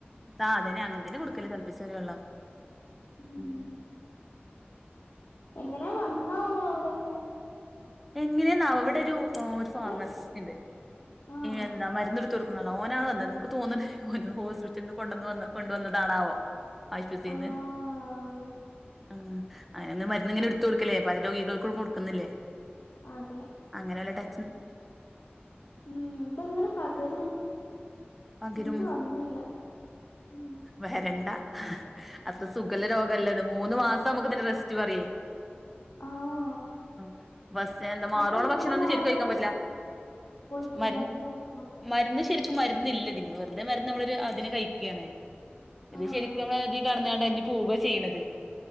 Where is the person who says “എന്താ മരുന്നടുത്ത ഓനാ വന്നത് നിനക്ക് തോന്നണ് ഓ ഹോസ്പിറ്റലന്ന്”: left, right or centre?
Centre